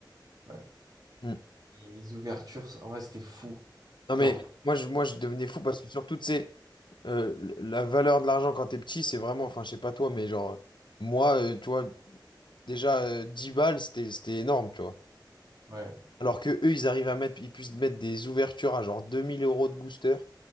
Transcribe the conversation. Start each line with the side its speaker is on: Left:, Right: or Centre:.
Right: ouais.
Left: Mm.
Right: Et les ouvertures, en vrai, c'était fou.
Left: Non
Right: Genre,
Left: mais moi je, moi je devenais fou parce que surtout tu sais euh, la valeur de l'argent quand t'es petit c'est vraiment enfin je sais pas toi mais genre euh, moi euh, tu vois déjà euh, 10 balles c'était c'était énorme tu vois
Right: ouais.
Left: alors que eux ils arrivent à mettre ils puissent mettre des ouvertures à genre 2000 euros de booster